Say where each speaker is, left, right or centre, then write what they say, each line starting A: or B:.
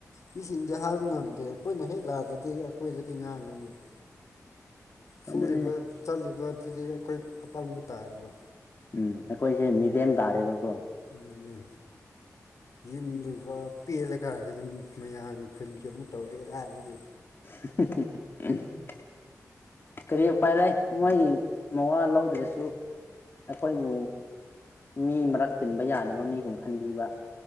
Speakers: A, on the left; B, on the left.
A: ꯃꯤꯁꯤꯡꯗꯤ ꯍꯥꯏꯕ ꯉꯝꯗꯦ ꯑꯩꯈꯣꯏꯅ ꯍꯦꯛ ꯂꯥꯛꯗ꯭ꯔꯗꯤ ꯑꯩꯈꯣꯏꯗꯗꯤ ꯉꯥꯡꯉꯤ ꯑꯃꯨꯛ
B: ꯑꯗꯨꯅꯤꯅꯦ
A: ꯁꯨꯔꯤꯕ ꯆꯠꯂꯤꯕꯗꯨꯗꯤ ꯑꯩꯈꯣꯏ ꯑꯄꯪꯕ ꯇꯥꯏꯌꯦꯕ
B: ꯎꯝ ꯑꯈꯣꯏꯁꯦ ꯃꯤꯔꯦꯝ ꯇꯥꯔꯦꯕꯀꯣ
A: ꯑꯗꯨꯅꯦ ꯌꯨꯝꯒꯤꯕꯥꯎ ꯄꯦꯜꯂꯀꯥꯟꯁꯤꯗ ꯃꯌꯥꯝ ꯈꯨꯟꯒꯤ ꯑꯃꯨꯛ ꯇꯧꯔꯦ ꯀꯗꯥꯥꯏꯗꯒꯤ
B: <unintelligible> ꯀ꯭ꯔꯤ ꯎꯄꯥꯏ ꯂꯩ ꯃꯣꯏ ꯃꯋꯥ ꯂꯧꯗ꯭ꯔꯁꯨ ꯑꯩꯈꯣꯏꯕꯨ ꯃꯤ ꯃꯔꯛ ꯇꯤꯟꯕ ꯌꯥꯗꯕ ꯃꯤꯒꯨꯝ ꯈꯟꯕꯤꯕ